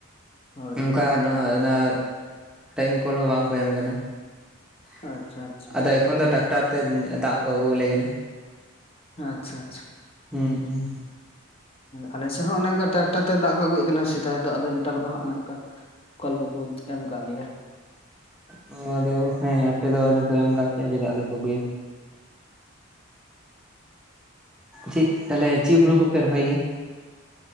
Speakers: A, on the left; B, in the centre.
A: ᱦᱳᱭ
B: ᱚᱱᱠᱟᱼᱼ ᱱᱚᱼᱱᱚᱭ, ᱴᱟᱭᱤᱢ ᱠᱚᱞ ᱦᱚᱸ, ᱵᱟᱝ ᱠᱚ, ᱮᱢ ᱠᱟᱱᱟ? <inaudible>
A: ᱟᱪᱪᱷᱟ ᱟᱪᱪᱷᱟ
B: ᱟᱫᱚ ᱮᱠᱷᱚᱱ ᱫᱚ, ᱴᱟᱠᱴᱟᱨ ᱛᱮ ᱫᱟᱜ ᱠᱚ ᱟᱹᱜᱩᱣᱟᱞᱮ ᱠᱟᱱᱟ᱾
A: ᱟᱪᱪᱷᱟ ᱟᱪᱪᱷᱟ
B: ᱦᱩᱸ ᱦᱩᱸ
A: ᱟᱞᱮ ᱥᱮᱸᱜ ᱦᱚᱸ, ᱚᱱᱮ ᱚᱱᱠᱟ ᱴᱨᱟᱠᱴᱟᱨ ᱛᱮ ᱫᱟᱜ ᱠᱚ ᱟᱹᱜᱩᱭᱮᱫ ᱛᱟᱦᱮᱱᱟ, ᱥᱮᱫᱟᱭ ᱫᱚ, ᱟᱫᱚ ᱱᱮᱛᱟᱨ ᱫᱚ ᱦᱟᱸᱜ ᱚᱱᱮ ᱚᱱᱠᱟ ᱠᱚᱞ ᱠᱚᱠᱚ, ᱮᱢ ᱠᱟᱫ ᱞᱤᱭᱟ
B: ᱚ, ᱟᱫᱚ, ᱦᱮᱸ ᱟᱯᱮ ᱫᱚ ᱟᱫᱚ ᱠᱚ ᱮᱢ ᱠᱟᱫ ᱯᱮᱭᱟ, ᱪᱮᱫᱟᱜ ᱫᱚ ᱯᱮ ᱟᱹᱜᱩᱭᱟ ᱪᱮᱫ, ᱛᱟᱦᱞᱮ ᱪᱮᱫ ᱦᱩᱲᱩ ᱠᱚᱯᱮ ᱨᱚᱦᱚᱭ ᱜᱮᱭᱟ?